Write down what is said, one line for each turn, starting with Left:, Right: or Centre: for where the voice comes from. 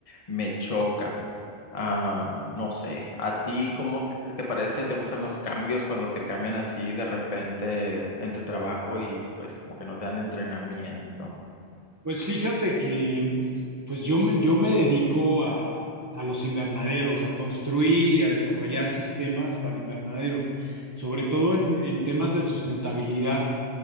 Left: me choca. Ah, no sé, ¿a ti cómo que te parece? ¿Te gustan los cambios cuando te cambian así de repente en tu trabajo y pues como que no te dan entrenamiento?
Right: Pues fíjate que mm, pues yo, me- yo me dedico a, a los invernaderos, a construir y a desarrollar sistemas para invernadero, sobre todo en, en temas de sustentabilidad.